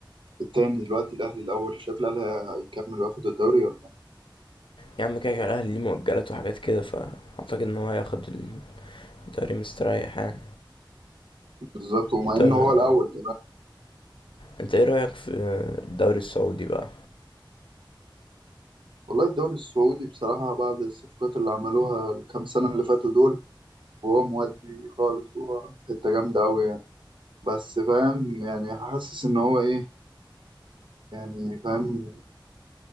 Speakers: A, on the right; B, on the left.
A: التاني دلوقتي الاهلي الاول شايف الاهلي هيكمل وياخد الدوري ولا لا؟
B: يا عم كده كده الاهلي ليه مؤجلات وحاجات كده فاعتقد ان هو هياخد الدوري مستريح يعني
A: بالظبط ومع
B: انت
A: ان
B: اه
A: هو الاول كمان
B: انت ايه رايك في الدوري السعودي بقى
A: والله الدوري السعودي بصراحة بعد الصفقات اللي عملوها الكام سنة اللي فاتوا دول وهو مودي خالص وهو في حتة جامدة أوي يعني بس فاهم يعني حاسس إن هو إيه يعني فاهم